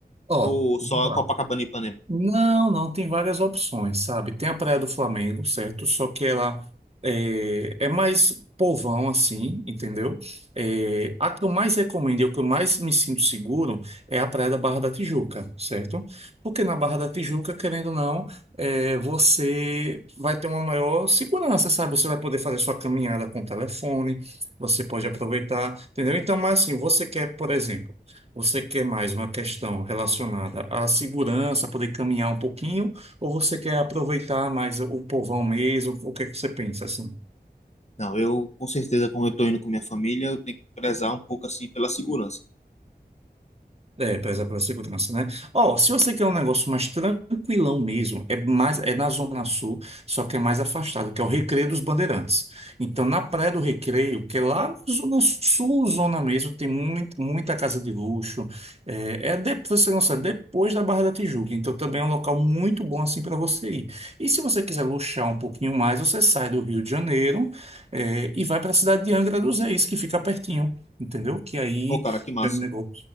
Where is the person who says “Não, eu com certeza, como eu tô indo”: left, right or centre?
Left